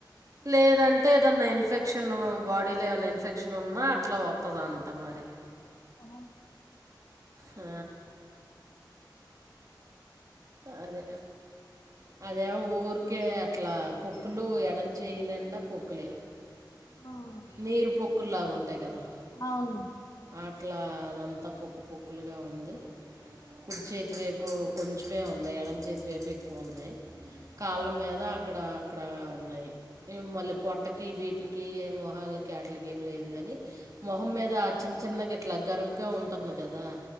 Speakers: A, on the right; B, on the left.
A: లేదంటే ఏదన్న ఇన్ ఇన్ఫెక్షన్ బాడీలో ఏమైనా ఇన్ఫెక్షన్ ఉన్నా అట్లా వత్తదంట మరి
B: ఆ
A: ఆ అదే అదేమో ఊరికే అట్ల పొక్కులు ఎడం చెయి నిండా పొక్కులె
B: ఆ
A: నీరు పొక్కులాగా ఉంటాయి కదా
B: అవును
A: అట్లా అదంతా పొక్కు పొక్కులుగా ఉంది కుడి చేతి వేపు కొంచెమే ఉన్నయి ఎడం చేతి వేపు ఎక్కో ఉన్నాయి కాళ్ళ మీద అక్కడ అక్కడ ఉన్నాయి. మళ్ళీ పొట్టకి, వీపుకి, మొహాలకి ఆట్లకేం లేదు గని మొహం మీద చిన్న చిన్నగా ఇట్ల గరు తక్కువ ఉంటుంది కదా